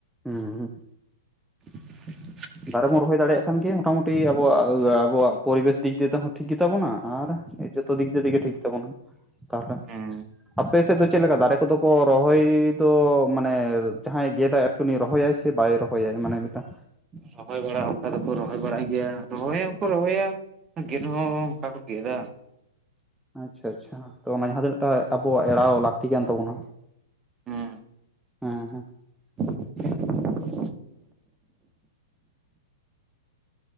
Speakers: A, in the centre; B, on the right (about 25°).
A: ᱦᱩᱸ।
B: <unintelligible>
A: ᱫᱟᱨᱮ ᱵᱚᱱ ᱨᱚᱦᱚᱭ ᱫᱟᱲᱮᱭᱟᱜ ᱠᱷᱟᱱᱜᱮ ᱢᱚᱴᱟᱢᱩᱴᱤ ᱟᱵᱚᱣᱟᱜ ᱟᱵᱚᱣᱟᱜ ᱯᱚᱨᱤᱵᱮᱥ ᱫᱤᱠ ᱫᱤᱭᱮ ᱛᱮᱦᱚᱸ ᱴᱷᱤᱠ ᱜᱮᱛᱟᱵᱚᱱᱟ ᱟᱨ ᱡᱚᱛᱚ ᱫᱤᱠ ᱫᱤᱭᱮ ᱛᱮᱜᱮ ᱴᱷᱤᱠ ᱛᱟᱵᱚᱱᱟ ᱛᱟᱞᱦᱮ
B: ᱦᱮᱸ
A: ᱟᱯᱮ ᱥᱮᱫ ᱫᱚ ᱪᱮᱫ ᱞᱮᱠᱟ ᱫᱟᱨᱮ ᱠᱚᱫᱚ ᱠᱚ ᱨᱚᱦᱚᱭ ᱫᱚ ᱢᱟᱱᱮ ᱡᱟᱦᱟᱸᱭ ᱜᱮᱫᱟᱭ ᱩᱱᱤ ᱨᱚᱦᱚᱭᱟᱭ ᱥᱮ ᱵᱟᱭ ᱨᱚᱦᱚᱭᱟᱭ ᱢᱟᱱᱮ ᱢᱤᱫᱴᱟᱝ
B: ᱨᱚᱦᱚᱭ ᱵᱟᱲᱟ ᱚᱱᱠᱟ ᱫᱚᱠᱚ ᱨᱚᱦᱚᱭ ᱨᱚᱦᱚᱭ ᱵᱟᱲᱟ ᱜᱮᱭᱟ ᱨᱚᱦᱚᱭ ᱦᱚᱸᱠᱚ ᱨᱚᱦᱚᱭᱟ ᱜᱮᱫ ᱦᱚᱸ ᱚᱱᱠᱟ ᱠᱚ ᱜᱮᱫᱟ
A: ᱟᱪᱪᱷᱟ ᱟᱪᱪᱷᱟ ᱛᱚ ᱚᱱᱟ ᱡᱟᱦᱟᱸ ᱛᱤᱱᱟᱹᱜ ᱛᱚ ᱟᱵᱚᱣᱟᱜ ᱮᱲᱟᱣ ᱞᱟᱹᱠᱛᱤ ᱠᱟᱱ ᱛᱟᱵᱚᱱᱟ
B: ᱦᱮᱸ
A: ᱦᱮᱸ ᱦᱮᱸ।
B: <inaudible>